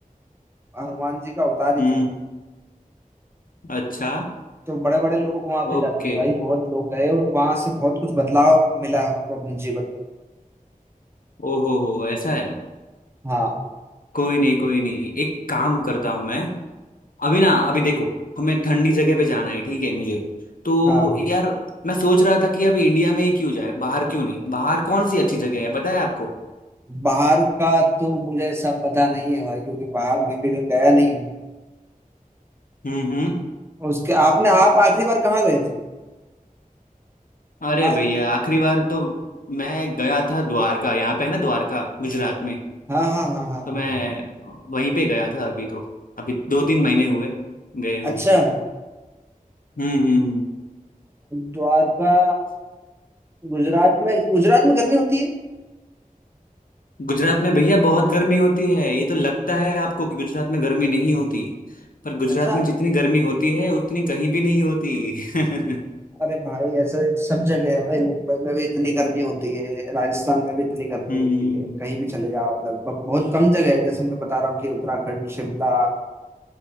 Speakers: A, on the right (about 15°); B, on the left (about 70°).
A: हनुमान जी का अवतार ही
B: हम्म
A: थे
B: अच्छा
A: तो बड़े बड़े लोग वहां पे
B: ओके
A: जाते हैं भाई बहुत लोग गए और वहां से बहुत कुछ बदलाव मिला है उनको अपने जीवन में
B: ओहो हो ऐसा है
A: हाँ
B: कोई नहीं कोई नहीं एक काम करता हूँ मैं अभी ना अभी देखो हमें ठंडी जगह पे जाना है ठीक है मुझे तो
A: हाँ
B: यार मैं सोच रहा था कि अभी इंडिया में ही क्यों जाए बाहर क्यों नहीं बाहर कौन सी अच्छी जगह है पता है आपको
A: बाहर का तो मुझे ऐसा पता नहीं है भाई क्योंकि बाहर मैं भी गया नहीं हूँ
B: हम्म हम्म
A: और उसके आपने आप आखिरी बार कहाँ गए थे
B: अरे
A: Last
B: भैया
A: visit
B: आखिरी बार तो मैं गया था द्वारका यहाँ पे है ना द्वारका गुजरात में
A: कहाँ? हाँ हाँ हाँ हाँ
B: तो
A: हाँ
B: मैं
A: हाँ
B: वहीं पे गया था अभी तो अभी दो तीन महीने हुए गए हुए
A: अच्छा
B: हम्म हम्म हम्म
A: द्वारका गुजरात में गुजरात में गर्मी होती है
B: गुजरात में भैया बहुत गर्मी होती है ये तो लगता है आपको कि गुजरात में गर्मी नहीं होती पर गुजरात
A: अच्छा
B: में जितनी गर्मी होती है उतनी कहीं भी नहीं होती <laughs>
A: अरे भाई ऐसा सब जगह है भाई मुंबई में भी इतनी गर्मी होती है राजस्थान में भी इतनी गर्मी
B: हम्म
A: होती है कहीं भी चले जाओ आप लगभग बहुत कम जगह है जैसे मैं बता रहा हूँ कि उत्तराखंड शिमला